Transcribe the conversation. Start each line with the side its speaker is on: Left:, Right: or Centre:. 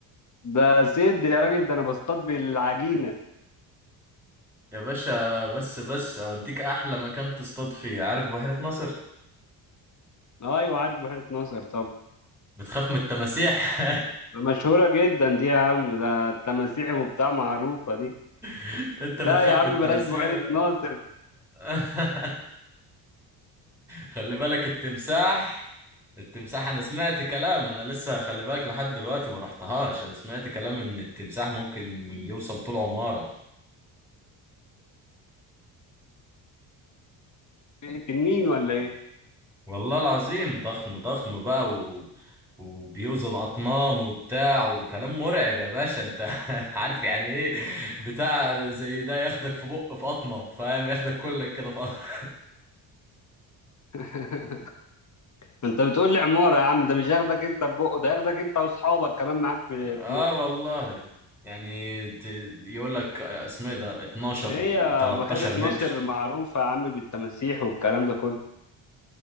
Left: ده سيد يا راجل ده انا بصطاد بالعجينه
Centre: يا باشا بس بس اوديك احلى مكان تصطاد فيه عارف بحيرة ناصر
Left: ايوه عارف بحيره ناصر طب
Centre: بتخاف من التماسيح
Left: مشهوره جدا دي يا عم ده التماسيح وبتاع معروفه دي
Centre: <laughs> انت بتخاف
Left: لا يا عم
Centre: من التماسيح
Left: بلاش بحيره ناصر
Centre: <laughs> خلي بالك التمساح التمساح انا سمعت كلام انا لسه خلي بالك لحد دلوقتي ما رحتهاش انا سمعت كلام ان التمساح ممكن يوصل طول عمارة
Left: دي تنين ولا ايه
Centre: والله العظيم ضخم ضخم بقى و... وبيوزن اطنان وبتاع وكلام مرعب يا باشا انت <laughs> عارف يعني ايه بتاع زي ده ياخدك في بق في قطمة فاهم ياخدك كلك كده في قطمة
Left: <laughs> انت بتقول لي عماره يا عم ده مش هياخدك انت ببقه ده هياخدك انت واصحابك كمان معاك في
Centre: <laughs> اه
Left: في بقه
Centre: والله يعني ت- يقول لك اسمه إيه ده 12
Left: هي
Centre: و13
Left: بحيره
Centre: متر
Left: ناصر معروفه يا عم بالتماسيح والكلام ده كله